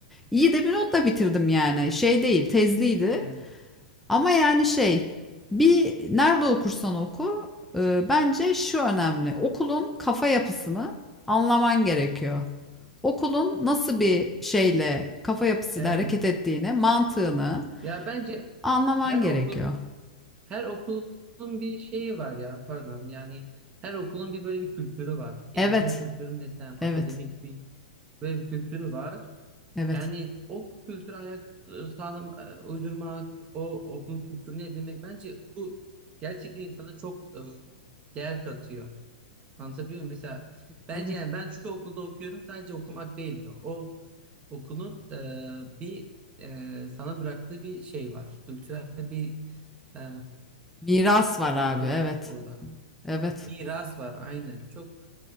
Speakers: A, in the centre; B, on the right.
A: İyi de bir notla bitirdim yani. Şey değil, tezliydi.
B: evet,
A: Ama yani şey bir nerede okursan oku e, bence şu önemli. Okulun kafa yapısını anlaman gerekiyor. Okulun nasıl bir şeyle kafa yapısıyla
B: evet.
A: hareket ettiğini, mantığını
B: Ya bence
A: anlaman
B: her
A: gerekiyor.
B: okul her okulun bir şeyi var ya pardon yani her okulun bir böyle bir kültürü var.
A: Evet,
B: Eğitim kültürü mü desem
A: evet,
B: akademik bir böyle bir kültürü var.
A: evet.
B: Yani o kültürü hayat e, sağlam e, uydurmak, o okulun kültürünü edinmek bence bu gerçekten insana çok e, değer katıyor. Anlatabiliyor muyum? Mesela
A: Tabii,
B: bence
A: tabii.
B: yani ben şu okulda okuyorum sadece okumak değil o. O okulun e, bir e, sana bıraktığı bir şey var. Kültürel bir e,
A: Miras var abi,
B: olgu
A: evet.
B: var orada.
A: Evet,
B: Miras var aynen. Çok